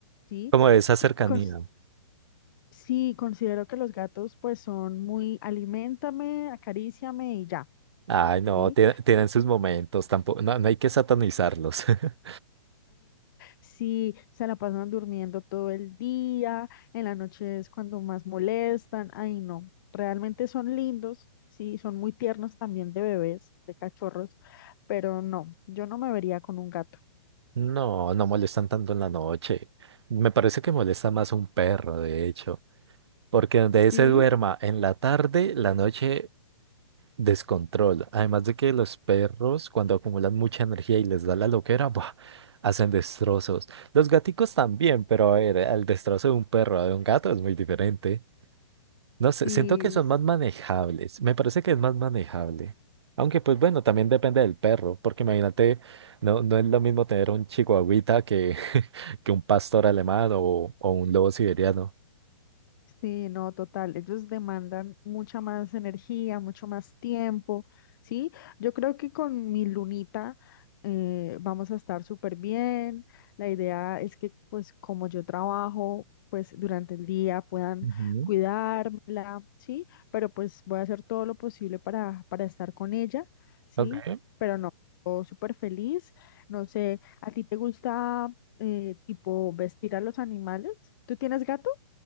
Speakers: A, on the left (about 45°); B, on the right (about 60°).
A: ¿sí?
B: Como de esa cercanía.
A: Cons- sí, considero que los gatos pues son muy aliméntame, acaríciame y ya.
B: Ay, no,
A: ¿Sí?
B: tie- tienen sus momentos, tampoco, no, no hay que satanizarlos. <laughs>
A: Si se la pasan durmiendo todo el día, en la noche es cuando más molestan, ay no, realmente son lindos, sí, son muy tiernos también de bebés, de cachorros, pero no, yo no me vería con un gato.
B: No, no molestan tanto en la noche. Me parece que molesta más un perro, de hecho, porque donde
A: Sí,
B: se duerma en la tarde, la noche Descontrol. Además de que los perros, cuando acumulan mucha energía y les da la loquera, ¡buah! hacen destrozos. Los gaticos también, pero a ver, el destrozo de un perro a de un gato es muy diferente. No sé,
A: sí,
B: siento que son más manejables. Me parece que es más manejable. Aunque, pues bueno, también depende del perro, porque imagínate, no, no es lo mismo tener un chihuahuita que, <laughs> que un pastor alemán o, o un lobo siberiano.
A: Sí, no, total. Ellos demandan mucha más energía, mucho más tiempo, ¿sí? Yo creo que con mi lunita eh, vamos a estar súper bien. La idea es que, pues, como yo trabajo, pues, durante el día puedan
B: Ujú.
A: cuidármela, ¿sí? Pero pues voy a hacer todo lo posible para, para estar con ella, ¿sí?
B: Ok.
A: Pero no, todo súper feliz. No sé, ¿a ti te gusta, eh, tipo, vestir a los animales? ¿Tú tienes gato?